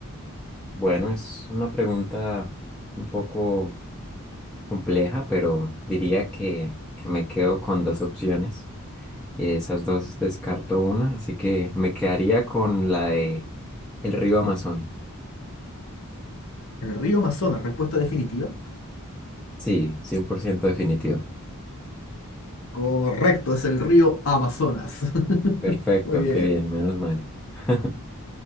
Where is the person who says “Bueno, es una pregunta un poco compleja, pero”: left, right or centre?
Centre